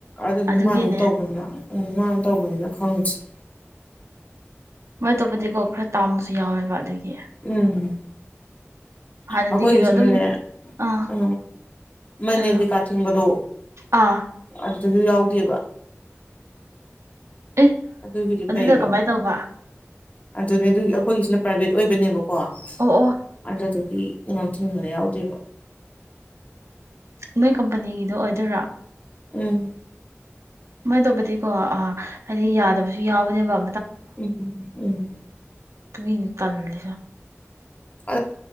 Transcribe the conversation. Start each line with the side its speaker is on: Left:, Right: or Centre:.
Left: ꯑꯗꯨꯗꯨꯅ
Right: ꯑꯗꯨꯒꯤꯅꯦ
Left: ꯃꯥ ꯑꯗꯨꯝ ꯇꯧꯕꯅꯤꯅ ꯎꯝ ꯃꯥ ꯇꯧꯕꯅꯤꯅ ꯈꯪꯁꯤꯦ
Right: ꯃꯣꯏ ꯇꯕꯨꯗꯤ ꯀꯣ ꯈꯔ ꯇꯥꯃꯨ ꯨ ꯌꯥꯎꯋꯦꯕ ꯑꯗꯨꯒꯤ
Left: ꯎꯝ
Right: ꯍꯥꯟꯅꯗꯤ
Left: ꯑꯩꯈꯣꯏꯒꯤꯁꯤꯅꯅꯦ
Right: ꯀꯩꯅꯣ ꯑꯗꯨꯝ ꯑꯥ
Left: ꯑ ꯃꯅꯦꯦꯟ
Right: ꯍꯥꯏꯌꯣ
Left: ꯀꯩꯀꯥ ꯊꯤꯡꯕꯗꯣ
Right: ꯑꯥ
Left: ꯑꯗꯨꯁꯨ ꯌꯥꯎꯗꯦꯕ
Right: ꯑꯦ
Left: ꯑꯗꯨꯒꯤꯗꯤ ꯐꯩꯌꯦꯕ
Right: ꯑꯗꯨꯗ ꯀꯃꯥꯏꯅ ꯇꯧꯕ
Left: ꯑꯗꯨꯅꯦ ꯑꯗꯨꯒꯤ ꯑꯩꯈꯣꯏꯒꯤꯁꯤꯅ ꯄ꯭ꯔꯥꯏꯚꯦꯠ ꯑꯣꯏꯕꯅꯦꯕꯀꯣ ꯀꯣ
Right: ꯑꯣ ꯑꯣ
Left: ꯑꯗꯨꯗꯤ ꯀ ꯊ ꯃꯔꯦꯎꯗꯕ
Right: ꯅꯣꯏ ꯀꯝꯄꯅꯤꯒꯤꯗꯣ ꯑꯣꯏꯗꯣꯏꯔꯥ
Left: ꯎꯝ
Right: ꯁꯨꯃꯥꯏꯅ ꯇꯧꯕꯗꯤꯀꯣ ꯑ ꯍꯥꯏꯗꯤ ꯌꯥꯗꯕꯁꯨ ꯌꯥꯎꯕꯅꯦꯕ
Left: ꯎꯝ ꯎꯝ
Right: ꯇꯅꯤ ꯇꯜ ꯂꯩꯁ
Left: ꯑ